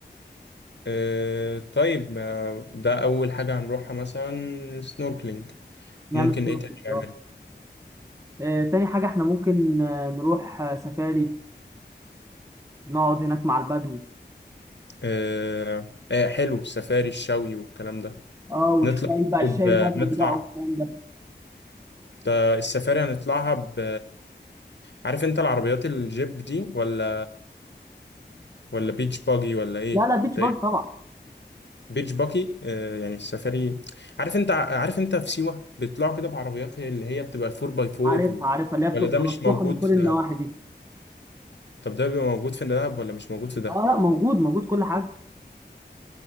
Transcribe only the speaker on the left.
آه طيب ما ده أول حاجة هنروحها مثلا سنوركلينج
ممكن
إيه تاني
نعمل؟
آه آه حلو السفاري الشوي والكلام ده
نطلع
طب
آه،
نطلع
ده السفاري هنطلعها ب عارف أنت العربيات الجيب دي ولا ولا بيتش باجي ولا إيه؟
أنت
إيه؟
بيتش باجي آه يعني السفاري عارف أنت عارف أنت في سيوة بيطلعوا كده بعربيات اللي هي بتبقى الفور باي فور
ولا ده مش
موجود
في
دهب؟
طب ده بيبقى موجود في دهب ولا مش موجود في دهب؟